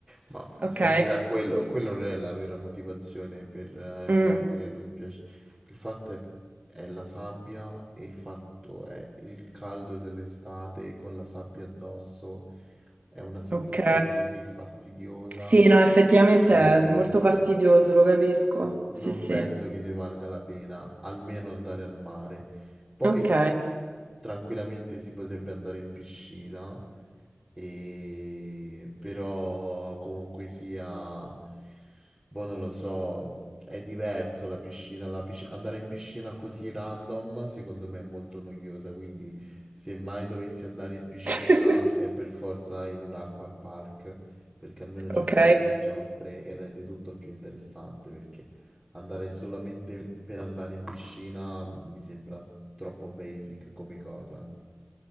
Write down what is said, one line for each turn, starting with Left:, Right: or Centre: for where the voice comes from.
Centre: ma
Right: ok.
Centre: oltre a quello, quello non è la vera motivazione per eh, il
Right: Mm,
Centre: fatto che non mi piace. Il fatto è, è la sabbia e il fatto è il caldo dell'estate con la sabbia addosso. È una sensazione
Right: ok.
Centre: così fastidiosa
Right: Sì, no, effettivamente
Centre: che
Right: è molto fastidioso, lo capisco.
Centre: non
Right: Sì, sì.
Centre: penso che ne valga la pena, almeno andare al mare. Poi
Right: Ok,
Centre: tranquillamente si potrebbe andare in piscina, e- però comunque sia, boh, non lo so, è diverso la piscina, la pisc- andare in piscina così random secondo me è molto noiosa, quindi se mai dovessi andare in piscina
Right: <laughs>
Centre: è per forza in un acqua park perché almeno ci
Right: ok.
Centre: sono anche le giostre e rende tutto più interessante perché Andare solamente per andare in piscina mi sembra troppo basic come cosa.